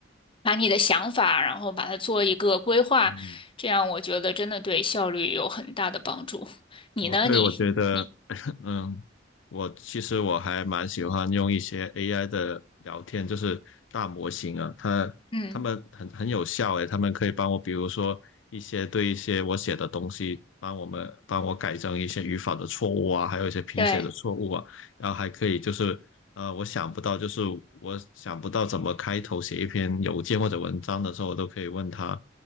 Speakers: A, on the left (about 30°); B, on the left (about 80°).
A: 把你的想法，然后把它做一个规划，
B: 嗯，
A: 这样我觉得真的对效率有很大的帮助。你呢？
B: 哦，对，
A: 你你
B: 我觉得嗯，我其实我还蛮喜欢用一些 AI 的聊天，就是大模型啊，它它们很很有效诶，
A: 嗯，
B: 它们可以帮我，比如说一些对一些我写的东西，帮我们帮我改正一些语法的错误啊，还有一些拼写的错误啊，
A: 对，
B: 然后还可以就是呃，我想不到就是我想不到怎么开头写一篇邮件或者文章的时候，我都可以问他，